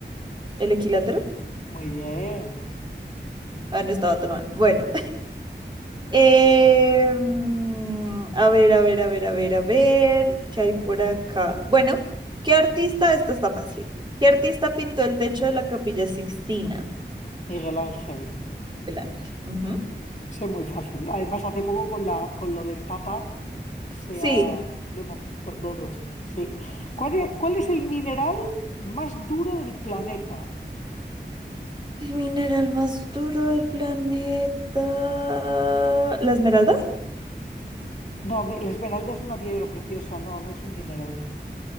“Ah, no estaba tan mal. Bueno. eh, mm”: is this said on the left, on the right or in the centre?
Right